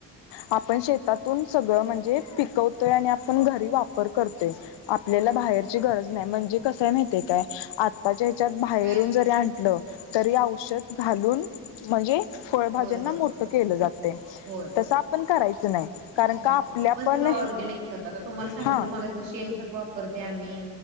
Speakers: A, on the left; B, on the right.
A: आपण शेतातून सगळं म्हणजे पिकवतोय आणि आपण घरी वापर करतोय आपल्याला बाहेरची गरज. म्हणजे कसयं माहितेय काय आ... बाहेरून
B: काय
A: जरी आणलं. तरी औषध घालून म्हणजे. फळभाज्यांना
B: होय होय
A: मोठं केलं जातय.
B: होय.
A: तसं आपण करायचं. च नाही. कारण
B: हम्म,
A: का आपल्या
B: आपण
A: पण
B: सगळं ऑर्गॅनिक खत आता तुम्हाला सांगितलं
A: हा
B: मागा शेण खत. करते आम्ही